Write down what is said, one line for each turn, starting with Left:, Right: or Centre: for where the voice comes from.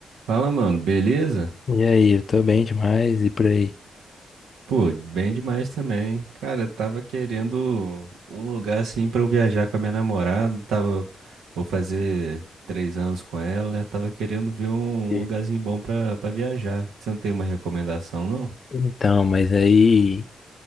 Right: Fala, mano, beleza?
Left: E aí, eu tô bem demais e por aí.
Right: Pô, bem demais também. Cara, eu tava querendo um lugar assim pra eu viajar com a minha namorada. Tava, vou fazer três anos com ela, né? Tava querendo ver um,
Left: E-
Right: um lugarzinho bom pra, pra viajar. Você não tem uma recomendação, não?
Left: Então, mas aí